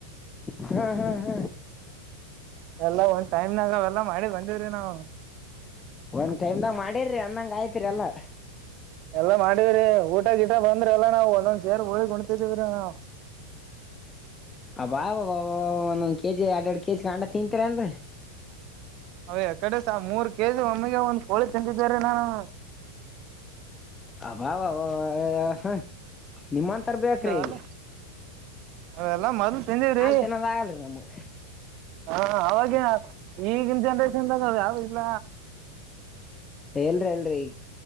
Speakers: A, on the left; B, on the right.
A: ಹಾ ಹಾ ಹ.
B: ಎಲ್ಲಾ ಒಂದ್ ಟೈಮ್ನಾಗ ಅವೆಲ್ಲಾ ಮಾಡಿ ಬಂದಿವ್ರಿ ನಾವು
A: ಒಂದ್ ಟೈಮ್ದಾಗ ಮಾಡಿರ್ರಿ ಅಂದಂಗ ಆಯ್ತ್ರಿ ಎಲ್ಲಾ
B: ಎಲ್ಲಾ ಮಾಡಿವ್ರೀ ಊಟ ಗಿಟ ಬಂದ್ರ ಎಲ್ಲ ನಾವು ಒಂದೊಂದ್ ಸೇರ್ ಹೋಗಿ ಉಣ್ತಿದ್ವಿ ರಿ ನಾವ್ <inaudible>
A: ಅಬಾಬಬಬಬಬ ಒಂದೊಂದ್ ಕೆಜಿ ಎರಡ್ ಎರಡು ಕೆಜಿ ಅಂಡ ತಿಂತಿರೇನ್ರೀ
B: ಅವ ಯಾ ಕಡೆ ಸಾ ಮೂರ್ ಕೆಜಿ ಒಮ್ಮೆಗೆ ಒಂದ್ ಕೋಳಿ ತಿಂತಿದ್ವಿ‌ ರೀ ನಾವ
A: ಅಬಾಬಬಬಬ ಹ ನಿಮ್ಮಂತರ್ ಬೇಕ್ರೀ
B: ಅಂತವಲ್ಲ ಅವೆಲ್ಲಾ ಮದ್ಲು ತಿಂದೇವ್ರಿ
A: ತಿನ್ನೋದಾಗಲ್ರಿ ನಮ್ಗ
B: <inaudible> ಹ ಅವಾಗೇನ ಈಗಿನ್ ಜನ್ರೇಷನ್ದಾಗ್ ಅವ್ಯಾವು ಇಲ್ಲ
A: ಎ ಇಲ್ರಿ ಇಲ್ರಿ ಈಗ್